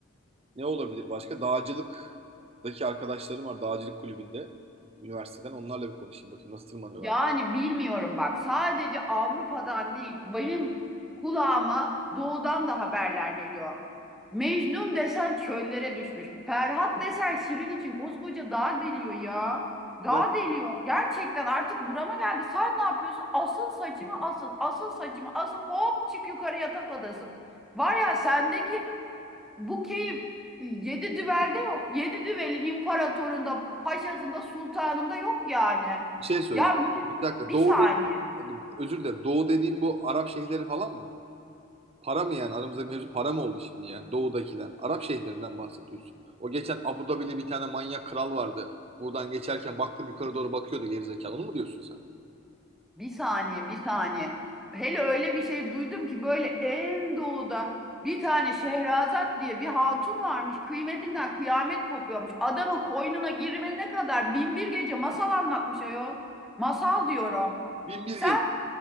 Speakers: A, on the right (about 25°); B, in the centre.
A: Ne olabilir başka? Dağcılıktaki arkadaşlarım var dağcılık kulübünde üniversiteden. Onlarla bir konuşayım bakayım nasıl tırmanıyorlar.
B: Yani bilmiyorum bak sadece Avrupa'dan değil benim kulağıma doğudan da haberler geliyor. Mecnun desen çöllere düşmüş. Ferhat desen Şirin için koskoca dağ deliyor ya. Dağ
A: Bir dakika
B: deliyor. Gerçekten artık burama geldi. Sen ne yapıyorsun? Asıl saçımı asıl, asıl saçımı asıl hop çık yukarı yatak odası. Var ya sendeki bu keyif yedi düvelde yok. Yedi düvelin imparatorunda, paşasında, sultanında yok yani.
A: bir şey söyleyeceğim.
B: Ya mi-
A: Bir dakika
B: bir
A: Doğu
B: saniye,
A: dediğim, özür dilerim. Doğu dediğim bu Arap şehirleri falan mı? Para mı yani? Aramızdaki mevzu para mı oldu şimdi yani Doğu'dakiler? Arap şehirlerinden bahsediyorsun. O geçen Abu Dhabi'li bir tane manyak kral vardı. Buradan geçerken baktım yukarı doğru bakıyordu gerizekalı. Onu mu diyorsun sen?
B: bir saniye, bir saniye. Hele öyle bir şey duydum ki böyle en doğuda bir tane Şehrazat diye bir hatun varmış. Kıymetinden kıyamet kopuyormuş. Adamın koynuna girmene kadar bin bir gece masal anlatmış ayol. Masal diyorum.
A: Bin bir
B: Sen
A: gel.